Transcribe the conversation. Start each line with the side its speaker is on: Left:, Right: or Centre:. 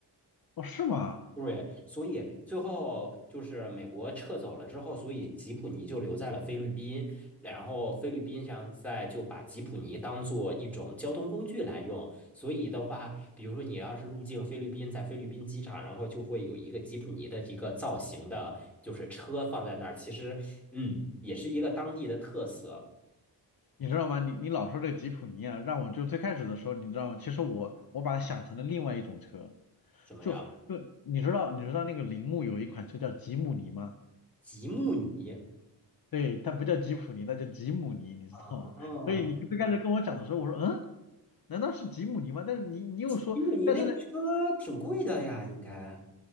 Left: 哦，是吗？
Centre: 对，所以最后就是美国撤走了之后，所以吉普尼就留在了菲律宾，然后菲律宾上在就把吉普尼当做一种交通工具来用。所以的话，比如说你要是入境菲律宾，在菲律宾机场，然后就会有一个吉普尼的一个造型的，就是车放在那儿。其实，嗯，也是一个当地的特色，
Left: 你知道吗？你你老说这吉普尼啊，让我就最开始的时候，你知道吗？其实我我把它想成了另外一种车，
Centre: 什么呀？
Left: 就就你知道你知道那个铃木有一款车叫吉姆尼吗？
Centre: 吉姆尼
Left: 对，它不叫吉普尼，它叫吉姆尼，你知道吗？
Centre: 啊，
Left: 所以你最开始跟我讲的时候，我说嗯，难道是吉姆尼吗？但是你你又说，
Centre: 吉姆尼那个车挺贵的呀，
Left: 但是呢，
Centre: 应该。